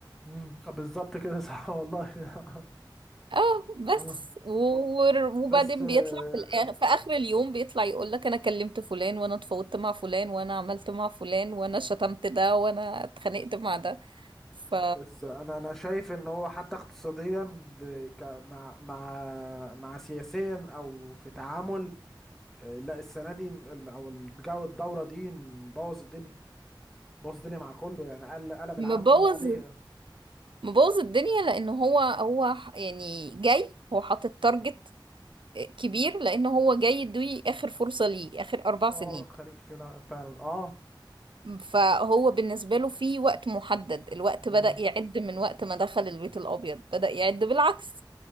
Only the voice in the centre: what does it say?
امم آه، بالظبط كده صح والله <laughs>
آه.
بس
آه،
بس انا انا شايف ان هو حتى اقتصاديا ب... ك... مع مع مع سياسيا او في تعامل آه، لا السنه دي م- او الجو الدوره دي مبوظ الدنيا بوظ الدنيا مع كله يعني قل... قلب العالم
كله عليه
اه
الخليج فعلا فعلا اه
مم،